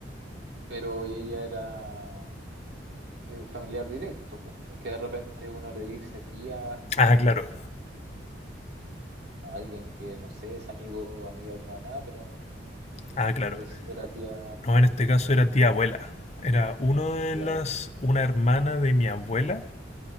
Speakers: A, on the right (about 60°); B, on the left (about 35°).
A: Pero ella era eh, familiar directo, po. Es que de repente uno le dice tía como
B: Ah, claro,
A: a, a alguien que no sé, es amigo o amiga de tu mamá, pero
B: ah, claro.
A: es, era tía,
B: No, en este caso era tía abuela. Era uno de
A: tía
B: las,
A: abuela.
B: una hermana de mi abuela,